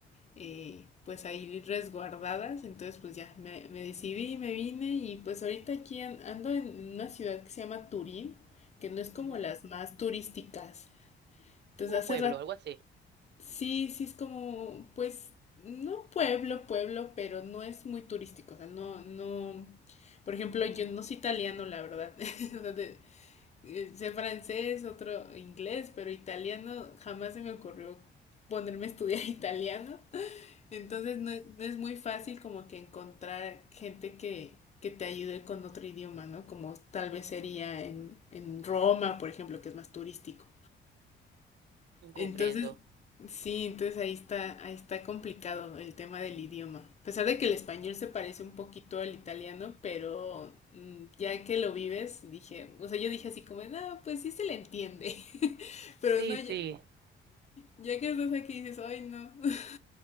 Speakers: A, on the left (about 35°); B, on the right (about 60°).
A: eh, pues ahí resguardadas. Entonces, pues ya me, me decidí, y me vine y pues ahorita aquí an- ando en una ciudad que se llama Turín, que no es como
B: ujú.
A: las más turísticas. Entonces
B: Es como
A: hace
B: pueblo,
A: rato
B: algo así.
A: Sí, sí es como, pues, no pueblo, pueblo, pero no es muy turístico, o sea, no, no, por ejemplo, yo no soy italiano, la verdad, <laughs> O sea, de- eh, sé francés, otro inglés, pero italiano jamás se me ocurrió ponerme a estudiar <laughs> italiano, entonces no es, no es muy fácil como que encontrar gente que, que te ayude con otro idioma, ¿no? Como tal vez sería en, en Roma, por ejemplo, que es más turístico.
B: Ujú, Comprendo.
A: Entonces, sí, entonces ahí está, ahí está complicado el tema del idioma. A pesar de que el español se parece un poquito al italiano, pero mm, ya que lo vives, dije, o sea, yo dije así como, no, pues sí se le entiende. <laughs> Pero
B: Sí,
A: no, ya,
B: sí.
A: ya que estás aquí dices, ay, no. <laughs>